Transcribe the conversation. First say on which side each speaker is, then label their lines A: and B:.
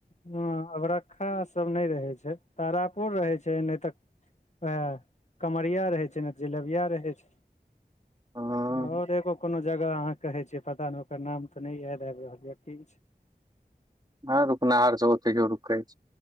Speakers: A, on the left; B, on the right.
A: हँ अबरक्खा सब नय रहे छै तारापुर रहे छै नै तऽ आ कमरिया रहै छै नै तऽ जिलेबिया रहै छै
B: हँ
A: आओर एगो कोनो जगह अहाँ कहे छै पता नइ ओकर नाम तऽ नइ याद आइब रहल यऽ किछ
B: हँ रुकनाहार सब ओतहियो रुकै छै